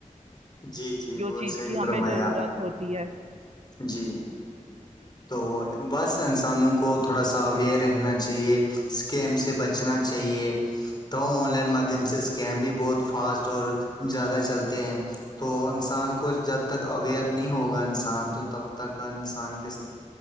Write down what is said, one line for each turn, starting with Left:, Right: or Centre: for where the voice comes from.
Left: جی جی
Right: جو
Left: بہت
Right: چیز
Left: صحیح
Right: کی ہمیں
Left: فرمایا
Right: ضرورت
Left: آپ نے
Right: ہوتی ہے
Left: جی تو بس انسانوں کو تھوڑا سا اویئر رہنا چاہیے اسکیم سے بچنا چاہیے تو آن لائن مادھیم سے اسکیم بھی بہت فاسٹ اور زیادہ چلتے ہیں تو انسان کو جد تک اویئر نہیں ہوگا انسان تو تب تک انسان کے س